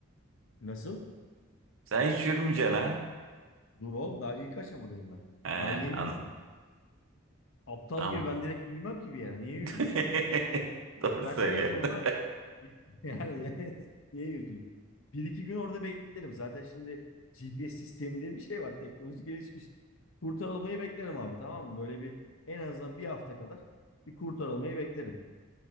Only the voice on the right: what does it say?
Sen hiç yürümeyeceksin ha?
He, an
tamam.
<laughs> Doğru
söylüyorsun.
<laughs>